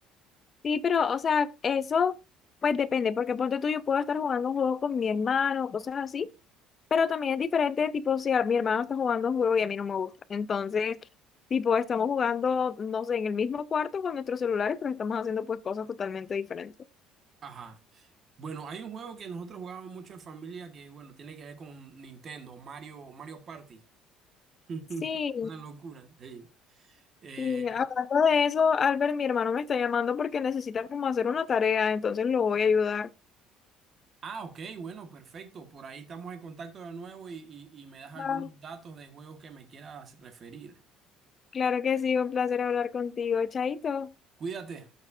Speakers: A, on the left; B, on the right.
A: Sí, pero, o sea, eso pues depende, porque ponte tú, yo puedo estar jugando un juego con mi hermano, cosas así, pero también es diferente, tipo, si a- mi hermano está jugando un juego y a mí no me gusta. Entonces, tipo, estamos jugando, no sé, en el mismo cuarto con nuestros celulares, pero estamos haciendo pues cosas totalmente diferentes.
B: Ajá. Bueno, hay un juego que nosotros jugábamos mucho en familia que, bueno, tiene que ver con Nintendo, Mario, Mario Party. <laughs>
A: Sí,
B: Una locura. sí. Eh,
A: Y hablando de eso, Albert, mi hermano me está llamando porque necesita como hacer una tarea, entonces lo voy a ayudar.
B: ah, ok, bueno, perfecto. Por ahí estamos en contacto de nuevo y, y y me das algunos
A: Va.
B: datos de juegos que me quieras referir.
A: Claro que sí, un placer hablar contigo, Chaito.
B: Cuídate.